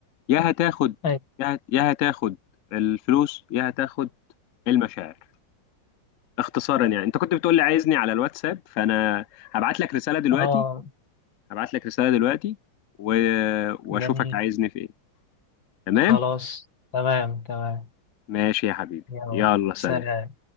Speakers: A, on the left; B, on the left.
A: يا هتاخد
B: اي
A: يا هت- يا هتاخد الفلوس يا هتاخد المشاعر اختصارا يعني انت كنت بتقول لي عايزني على الواتساب فانا هبعت لك رساله دلوقتي
B: اه
A: هبعت لك رساله دلوقتي و... واشوفك
B: جميل
A: عايزني في ايه تمام
B: خلاص تمام تمام
A: ماشي يا حبيبي
B: يلا
A: يلا سلام
B: سلام